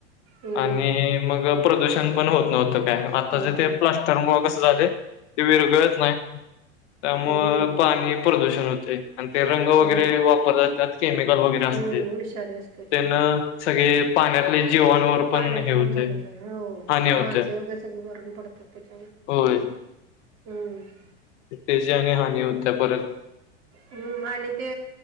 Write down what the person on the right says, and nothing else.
हम्म
होत
नव्हत
हम्म
हो
हम्म
विषारी असते
ते.
पाण्याचं
प्रदूषण हो
मासे वगैरे सगळे मरून पडतात त्याच्यामुळे
हम्म
हम्म आणि ते